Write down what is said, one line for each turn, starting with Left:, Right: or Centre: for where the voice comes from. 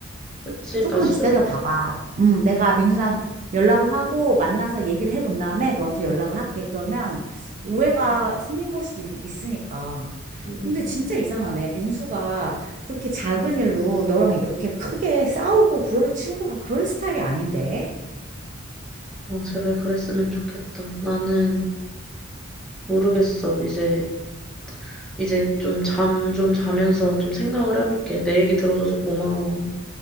Centre: 그치,
Right: 조금만
Centre: 나 진짜.
Right: 기다려 봐봐. 음, 내가 민수랑 연락을 하고 만나서 얘기를 해본 다음에 너한테 연락을 할게. 그러면 오해가
Centre: 음,
Right: 생긴 걸 수도 있, 있으니까.
Centre: 음,
Right: 근데 진짜 이상하네. 민수가 이렇게 작은 일로 너랑 이렇게 크게 싸우고 그럴 친구가 그럴 스타일이 아닌데.
Centre: 어, 제발 그랬으면 좋겠다. 나는 모르겠어. 이제, 이제 좀 잠, 좀 자면서 좀 생각을 해볼게. 내 얘기 들어줘서 고마워.